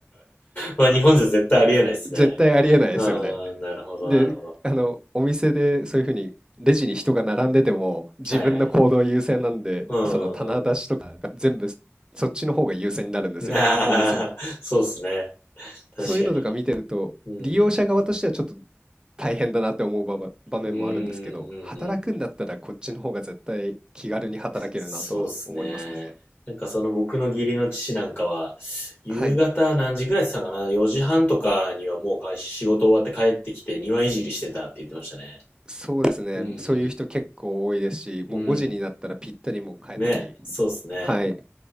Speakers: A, on the left (about 45°); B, on the right (about 15°).
A: まあ、日本じゃ絶対ありえないですね。
B: 絶対ありえないですよね。
A: うん、なるほど、
B: で、
A: なるほど。
B: あの、お店でそういう風にレジに人が並んでても、自分の行動優先なんで、
A: はいはい。うんうんうん。
B: その棚出しとかが全部そっちの方が優先になるんですよ、
A: な <laughs>
B: お店の
A: あ、そうっすね。確かに。
B: そういうのとか見てると、
A: うん。
B: 利用者側としてはちょっと大変だなって思う場ば場面もあるんですけど、
A: うんうんうんうん。
B: 働くんだったらこっちの方が絶対気軽に働けるなとは思いますね。
A: そうっすね。なんかその僕の義理の父なんかは、夕方何時ぐらいって言ってたかな
B: はい、
A: ?4 時半とかにはもう会仕事終わって帰ってきて庭いじりしてたって言ってましたね。
B: そうですね。
A: うんうん。
B: そういう人結構多いですし、
A: うん。
B: もう5時になったらぴったりもう帰ったり、
A: ね、そうっすね。
B: はい、